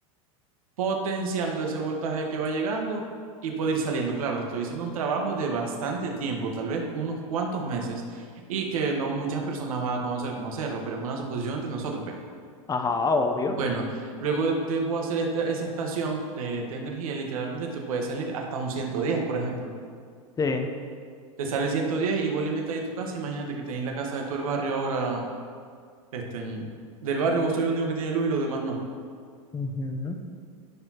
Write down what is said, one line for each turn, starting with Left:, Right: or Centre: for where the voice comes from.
Right: potenciando ese voltaje que va llegando y puede ir saliendo. Claro, te estoy diciendo un trabajo de bastante tiempo, tal vez unos cuantos meses, y que no muchas personas van a conocer cómo hacerlo, pero es una suposición entre nosotros, pues.
Left: Ajá, obvio.
Right: Bueno, luego de- debo hacer esta- esa estación de, de energía, literalmente te puede salir hasta un ciento diez por ejemplo.
Left: Sí.
Right: Te sale 110 y vos alimentas de tu casa, imagínate que tenéis la casa de todo el barrio ahora, este, en- del barrio vos sois el único que tiene luz y los demás no.
Left: ujú.